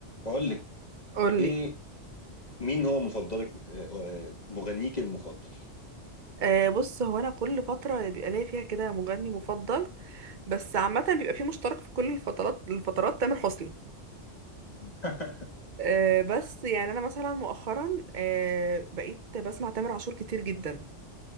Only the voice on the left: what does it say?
بقول لك
ايه مين هو مفضلك آه، آه، مغنيك المفضل
<laughs>